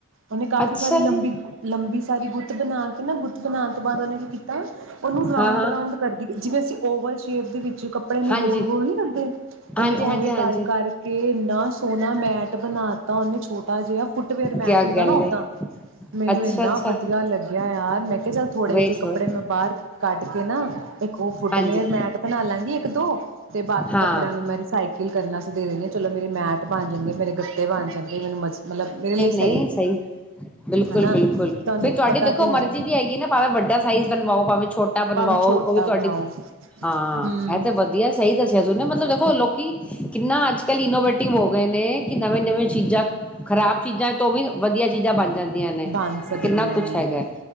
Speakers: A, on the right; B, in the centre.
A: ਉਹਨੇ ਕਾਫੀ
B: ਅੱਛਾ
A: ਸਾਰੀ ਲੰਬੀ,
B: ਜੀ
A: ਲੰਬੀ ਸਾਰੀ ਗੁੱਤ ਬਣਾ ਕੇ ਨਾ, ਗੁੱਤ ਬਣਾ ਬਨ ਔਨੇ <unintelligible> ਤਾਂ ਔਨੂੰ ਰਾਊਂਡ-ਰਾਉਂਡ
B: ਹਾਂ ਹਾਂ
A: ਕਰਦੀ ਗਈ ਜਿਵੇਂ ਅਸੀ ਓਵਲ ਸ਼ੇਪ ਦੇ ਵਿੱਚ ਜੋ ਕੱਪੜੇ ਨੂੰ
B: ਹਾਂਜੀ
A: ਰੋਲ ਗੋਲ ਨੀ ਕਰਦੇ। ਉਹਨੇ
B: ਹਾਂਜੀ
A: ਉਵੇਂ
B: ਹਾਂਜੀ ਹਾਂਜੀ
A: ਕਰ ਕਰਕੇ ਇੰਨਾ ਸੋਹਣਾ ਮੈਟ ਬਣਾਤਾ ਉਹਨੇ ਛੋਟਾ ਜਿਹਾ ਫੁੱਟਵੇਅਰ ਮੈਟ
B: ਕਿਆ ਗੱਲ
A: ਨਾ ਓਦਾਂ
B: ਹੈ
A: ਮੈਨੂੰ
B: ਅੱਛਾ
A: ਇੰਨਾ
B: ਅੱਛਾ
A: ਵਧੀਆ ਲੱਗਿਆ। ਯਾਰ ਮੈਂ ਕਿ ਚੱਲ ਥੋੜੇ
B: ਵੇਖ
A: ਜਿਹੇ ਕੱਪੜੇ
B: ਲੋ
A: ਮੈਂ ਬਾਹਰ ਕੱਢ ਕੇ ਨਾ ਇੱਕ ਉਹ ਫੁੱਟਵਿਅਰ
B: ਹਾਂਜੀ
A: ਮੈਟ ਬਣਾ ਲਾਂਗੀ ਇੱਕ ਇੱਕ ਦੋ ਤੇ ਬਾਕੀ
B: ਹਾਂ
A: ਕੱਪੜਿਆਂ ਨੂੰ ਮੈਂ ਰਿਸਾਈਕਲ ਕਰਨਾ ਦੇਣੀ ਹਾਂ ਚਲੋ ਮੇਰੀ ਮੈਟ ਬਣ ਚੰਗੇ ਮੇਰੇ ਗੱਤੇ ਬਣ <unintelligible>
B: ਨਹੀਂ ਸਹੀ। ਬਿਲਕੁਲ
A: ਹਨਾ
B: ਬਿਲਕੁਲ।
A: ਤੁਹਾਨੂੰ
B: ਫਿਰ ਤੁਹਾਡੀ
A: ਪਤਾ
B: ਦੇਖੋ
A: ਤੇ
B: ਮਰਜ਼ੀ
A: ਹੈ
B: ਵੀ ਹੈਗੀ ਨਾ ਭਾਵੇਂ ਵੱਡਾ ਸਾਈਜ਼ ਬਣਵਾਓ ਭਾਵੇਂ ਛੋਟ ਛੋਟਾ ਬਣਵਾਓ
A: ਭਾਵੇਂ ਛੋਟਾ
B: ਉਹ ਵੀ, ਤੁਹਾਡੀ
A: ਬਣਾਓ
B: ਹਾਂ
A: ਹਮ
B: ਇਹ ਤੇ ਵਧੀਆ ਸਹੀ ਦੱਸਿਆ ਤੂਹੀ ਨਾ। ਮਤਲਬ ਦੇਖੋ ਲੋਕੀ ਕਿੰਨਾ ਅੱਜ ਕੱਲ੍ਹ ਇਨੋਵੇਟਿਵ ਹੋ ਗਏ ਨੇ ਕਿ ਨਵੇਂ ਨਵੇਂ ਚੀਜ਼ਾਂ ਖ਼ਰਾਬ ਚੀਜ਼ਾਂ ਤੋਂ ਵੀ ਵਧੀਆ ਚੀਜ਼ਾਂ ਬਣ ਜਾਂਦੀਆਂ ਨੇ।
A: ਬਣ ਸਕਦੀਆਂ
B: ਕਿੰਨਾ ਕੁਛ
A: ਨੇ
B: ਹੈਗਾ